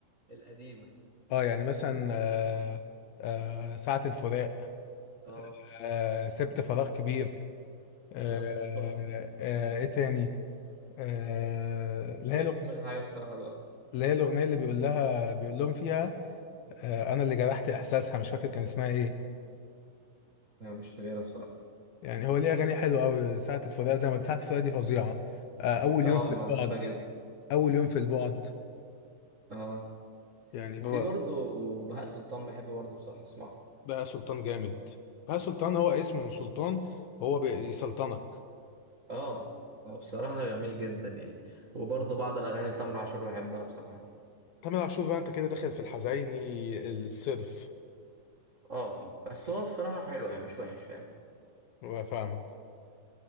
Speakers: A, on the right; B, on the left.
A: القديمه
B: اه يعني مثلا آه، آه، ساعة الفراق
A: اه
B: آه، سبت فراغ كبير آه،
A: <laughs>
B: آه، ايه تاني آه،
A: مش
B: اللي
A: جاي
B: هي
A: في
B: الأغنية-
A: دماغي حاجة بصراحة دلوقتي
B: اللي هي الأغنية اللي بيقول لها بيقول لهم فيها آه، أنا اللي جرحت إحساسها مش فاكر كان اسمها إيه
A: لا مش فاكرها بصراحة
B: يعني هو ليه أغاني حلوة أوي ساعة الفراق زي ما قلت، ساعة الفراق دي فظيعة آه، أول
A: اه
B: يوم في البعد
A: بحبها جدا
B: أول يوم في البعد
A: اه
B: يعني
A: في
B: هو
A: برضو بهاء سلطان بحب برضو بصراحة اسمعه
B: بقى سلطان جامد بقى سلطان هو اسمه من سلطان هو بيسلطنك
A: اه آه، بصراحة جميل جدا يعني وبرضو بعض الأغاني لتامر عاشور بحبها بصراحة
B: تامر عاشور بقى انت كده داخل في الحزيني الصرف
A: اه اه بس هو بصراحة حلو يعني مش وحش فاهم
B: وفاهمك